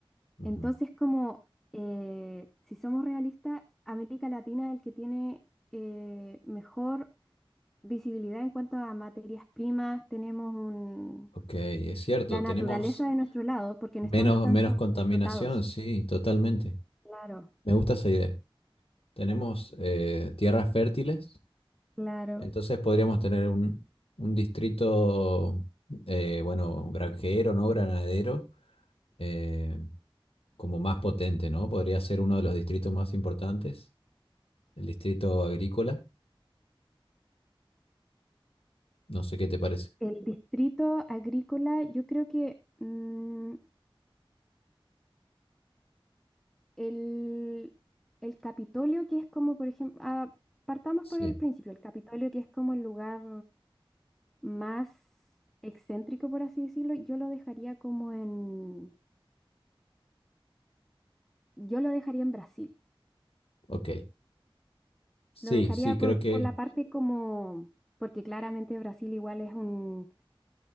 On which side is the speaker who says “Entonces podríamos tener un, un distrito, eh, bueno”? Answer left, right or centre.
Left